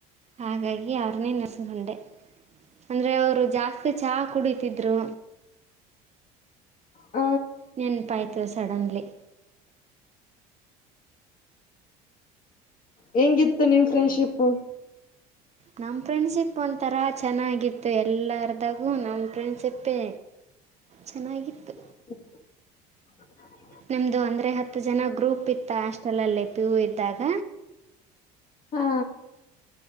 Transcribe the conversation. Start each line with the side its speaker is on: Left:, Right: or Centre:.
Right: ಹಾಗಾಗಿ ಅವ್ರನ್ನೇ ನೆನೆಸ್ಕೊಂಡೆ ಅಂದರೆ ಅವರು ಜಾಸ್ತಿ ಚಹಾ ಕುಡಿತಿದ್ರು.
Left: ಹ
Right: ನೆನಪಾಯತು. ಸಡನ್ಲಿ.
Left: ಹೆಂಗಿತ್ತು ನೀಮ್ ಫ್ರೆಂಡ್ಶಿಪ್.
Right: ನಮಮ್ಮ್ ಫ್ರೆಂಡ್ಶಿಪ್ ಒಂಥರಾ ಚೆನ್ನಾಗಿತ್ತು ಎಲ್ಲಾರದಾಗು ನಮ್ ಫ್ರೆಂಡ್ಶಿಪ್ಪೇ. ಚೆನ್ನಾಗಿತ್ತು.
Left: <inaudible>
Right: ನಮ್ದು ಅಂದ್ರೆ ಹತ್ತು ಜನ ಗ್ರೂಪ್ ಇತ್ತ ಹಾಸ್ಟೆಲ್ ಅಲ್ಲಿ ಪಿ ಯು ಇದ್ದಾಗ.
Left: ಹಾ.